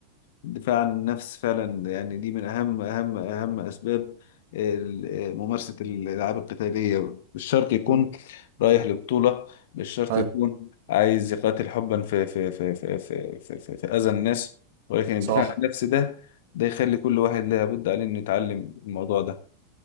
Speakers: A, on the left (about 55°); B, on the right (about 50°).
A: الدفاع عن النفس فعلا يعني دي من أهم أهم أهم أسباب ال- ممارسة الألعاب القتالية مش شرط يكون
B: مم.
A: رايح لبطولة مش شرط
B: حلو
A: يكون عايز يقاتل حبا في في في في في في, في, في أذى الناس ولكن الدفاع
B: صح
A: عن النفس ده ده يخلي كل واحد لابد عليه إنه يتعلم الموضوع ده